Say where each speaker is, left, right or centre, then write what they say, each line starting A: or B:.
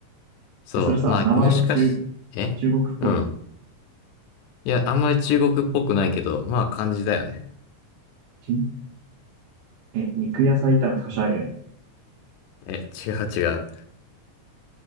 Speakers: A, on the left (about 80°); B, on the right (about 80°).
A: そう。
B: え、それさ、
A: まあ、
B: 名前は中、
A: もしかし、えうん。
B: 中国っぽい
A: いや、あんまり中国っぽくないけど、まあ、漢字だよね。
B: チンえ、肉野菜炒めって欲しいよね。
A: え、違う違う。